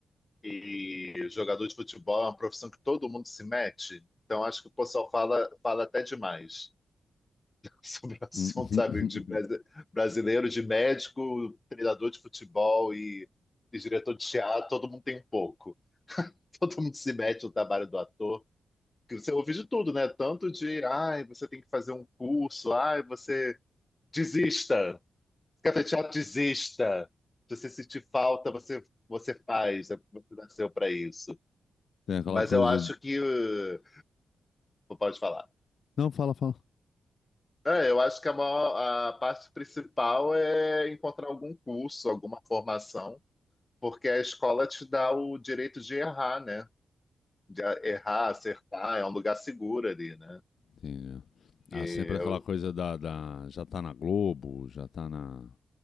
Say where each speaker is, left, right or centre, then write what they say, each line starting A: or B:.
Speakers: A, on the left; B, on the left.
A: e jogador de futebol é uma profissão que todo mundo se mete? Então acho que o pessoal fala, fala até demais <laughs> sobre o assunto,
B: <laughs>
A: sabe? De brasi- brasileiro, de médico, treinador de futebol e, e diretor de teatro, todo mundo tem um pouco. <laughs> Todo mundo se mete no trabalho do ator. que você ouve de tudo, né? Tanto de, ai, você tem que fazer um curso, ai, você desista, café teatro, desista. Se você sentir falta, você, você faz, é porque você nasceu para isso.
B: Tem aquela
A: Mas
B: coisa...
A: eu acho que. uh, Pode falar.
B: Não, fala, fala.
A: É, eu acho que a, maior, a parte principal é encontrar algum curso, alguma formação, porque a escola te dá o direito de errar, né? De a- errar, acertar, é um lugar seguro ali, né?
B: Entendi.
A: E
B: Ah, sempre aquela
A: eu,
B: coisa da, da... Já tá na Globo, já tá na...